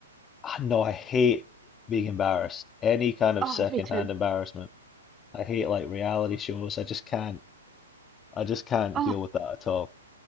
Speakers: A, on the left; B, on the right.
A: Ah, no, I hate being embarrassed. Any kind of
B: Oh,
A: secondhand
B: me too.
A: embarrassment. I hate like reality shows. I just can't. I just can't
B: Oh,
A: deal with that at all.